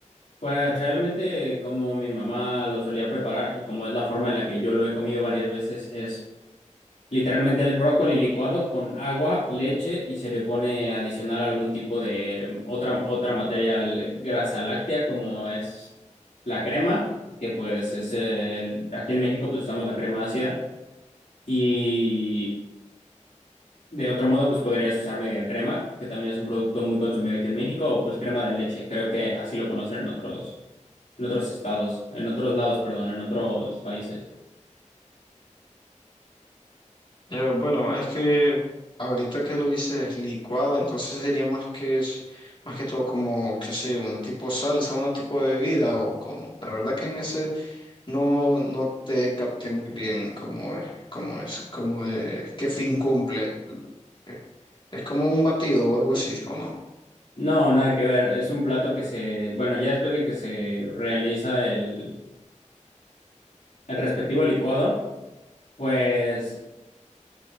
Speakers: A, on the left; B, on the left.
A: Pues realmente como mi mamá lo solía preparar y como es la forma en la que yo lo he comido varias veces, es Literalmente el brócoli licuado con agua, leche y se le pone adicional algún tipo de mm, otra, otra materia l- grasa láctea como es la crema, que pues es el- aquí en México pues usamos la crema ácida y de otro modo pues podrías usar media crema, que también es un producto muy consumido aquí en México, o pues crema de leche, creo que así lo conocen en otros, en otros estados, en otros lados, perdón, en otros países.
B: Eh, bueno, es que ahorita que lo dices licuado, entonces sería más que es- más que todo como, qué sé yo, un tipo salsa, un tipo de bebida o como. La verdad que en ese no, no te capté muy bien cómo es, cómo es, cómo es, qué fin cumple. Eh, Es como un batido o algo así, ¿o no?
A: No, nada que ver. Es un plato que se, bueno, ya después de que se realiza el, el respectivo licuado, pues